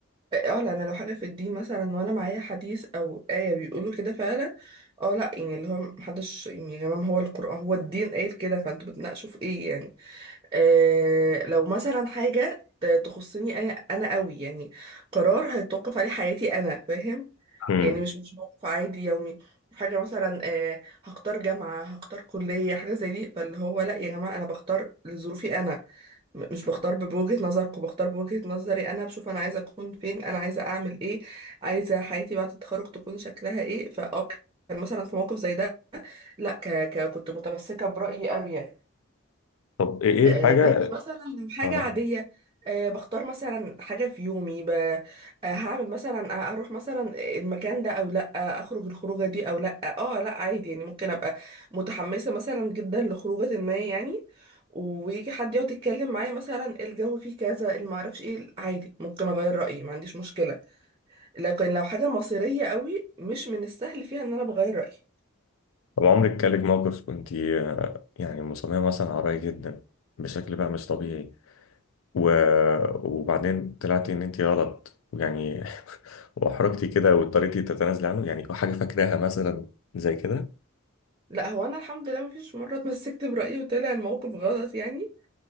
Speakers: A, on the right; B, on the left.
A: اه لا انا لو حاجه في الدين مثلا وانا معايا حديث او ايه بيقولوا كده فعلا اه لا يعني اللي هو محدش يعني يا جماعه ما هو القران هو الدين قايل كده فانتوا بتناقشوا في ايه يعني آه لو مثلا حاجه ت- تخصني انا انا قوي يعني قرار هيتوقف عليه حياتي انا فاهم
B: امم
A: يعني مش مش موقف عادي يومي حاجه مثلا آه هختار جامعه هختار كليه حاجه زي دي فاللي هو لا يا جماعه انا بختار لظروفي انا م- مش بختار بوجهة نظركم بختار بوجهة نظري انا بشوف انا عايزه اكون فين انا عايزه اعمل ايه عايزه حياتي بعد التخرج تكون شكلها ايه فاه كان مثلا في موقف زي ده لا ك... ك... كنت متمسكه برأيي قوي يعني
B: طب ايه إيه
A: آه،
B: الحاجه
A: لكن مثلا لو حاجة
B: اه
A: عادية آه، بختار مثلا حاجة في يومي ب... آه، هعمل مثلا آه، اروح مثلا المكان ده او لا اخرج الخروجة دي او لا اه لا عادي يعني ممكن ابقى متحمسة مثلا جدا لخروجة ما يعني ويجي حد يقعد يتكلم معايا مثلا الجو فيه كذا اللي معرفش ايه عادي ممكن اغير رأيي ما عنديش مشكلة لكن لو حاجة مصيرية قوي مش من السهل فيها ان انا بغير رأيي
B: طب عمرك جالك موقف كنت يعني مصممة مثلا على رأي جدا بشكل بقى مش طبيعي و... وبعدين طلعتي ان انت غلط يعني <laughs> واحرجتي كده واضطريتي تتنازلي عنه يعني حاجة فاكراها مثلا زي كده
A: لا هو انا الحمد لله مفيش مرة اتمسكت برأيي وطلع الموقف غلط يعني